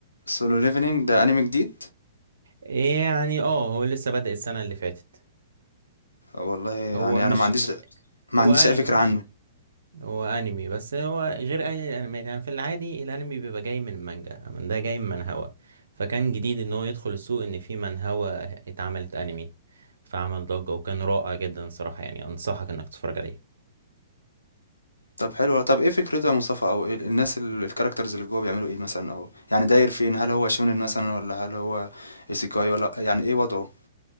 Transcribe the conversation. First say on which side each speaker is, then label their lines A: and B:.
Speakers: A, on the left; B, on the right.
A: سولو ليفلينج ده انمي جديد
B: إيه يعني اه هو لسه بدأ السنه اللي فاتت
A: والله يعني
B: هو مش
A: انا ما عنديش ما
B: هو
A: عنديش
B: انمي
A: اي فكره
B: اه
A: عنه
B: هو انمي بس هو غير اي الانميات يعني في العادي الانمي بيبقى جاي من المانجا اما ده جاي من منهوا فكان جديد ان هو يدخل السوق ان في منهوا اتعملت انمي فعمل ضجة وكان رائع جدا صراحة يعني انصحك انك تتفرج عليه
A: طب حلو أوي. طب إيه فكرته يا مصطفى أو إيه ال- الناس ال- الكاركترز اللي جوه بيعملوا إيه مثلا أو يعني داير فين هل هو شونين مثلا ولا هل هو إيسيكاي ولا يعني إيه وضعه